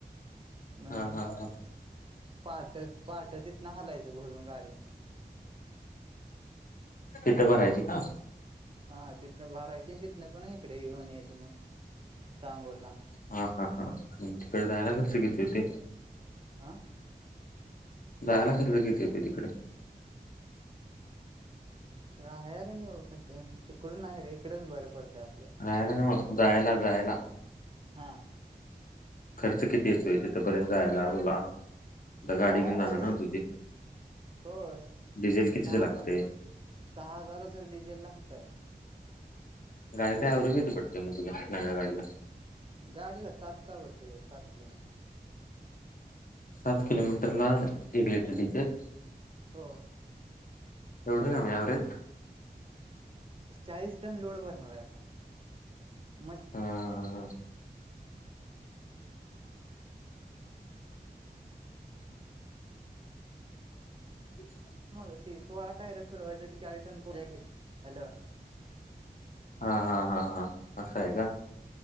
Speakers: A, on the right; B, on the left.
A: नाही
B: हा
A: रे
B: हा हा
A: पहाट, पहाट हलायचं भरून गाडी
B: तिथ बरायची का?
A: हा तिथनं भारायची तिथनं पण इकडे येऊन यायचं मग चांगोला.
B: हा हा हा म तिकडे जायला खर्च किती येते?
A: आह?
B: जायला खर्च किती येते तिकड?
A: राहार आहे कस तिकडून हायवे कडेच बरं पडतय.
B: राहायला न्हव जायला जायला.
A: हा
B: खर्च किती येतोय तिथंपर्यंत जायला अरबा, आता गाडी
A: जायला
B: घेऊन जाणार
A: हे
B: ना तुझी?
A: हो स
B: डिझेल कितीच
A: सहा
B: लागतय?
A: हजार सहा हजाराच डीझेल लागतय.
B: गाडीला
A: जायला
B: आवरेज येते पटकन मग. नव्या गाडीला?
A: गाडीला सात चावड सात किलोमीटर.
B: सात किलोमीटर ला एक लिटर डिझेल
A: हो.
B: एवढं कमी ऍव्हरेज
A: चाळीस टन लोड भरणार आहे आपण. मग
B: हा हा हा. ठीक.
A: मग ती सोळा टायरे फिरवायच चाळीस जण पोेच हॅलो.
B: हा हा हा हा असं आहे का?